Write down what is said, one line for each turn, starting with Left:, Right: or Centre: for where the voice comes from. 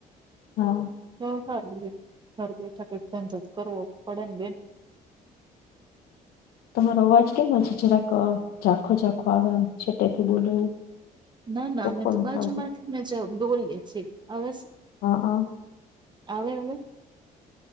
Left: હા.
Right: તો સારું રે, ઘર બેઠા કંઈ ધંધો તો કરવું પડે ને, બેન.
Left: <unintelligible> તમારો અવાજ કેમ છે? જરાક ઝાખો-ઝાંખો આવે, એમ છેટેથી બોલે એવું
Right: ના, ના.
Left: ચોખ્ખો
Right: અમે તો
Left: નથી
Right: બાજુ
Left: આવતો
Right: માંથી ને જ બોલીએ છીએ, હવે.
Left: હ, હ.
Right: આવે, હવે?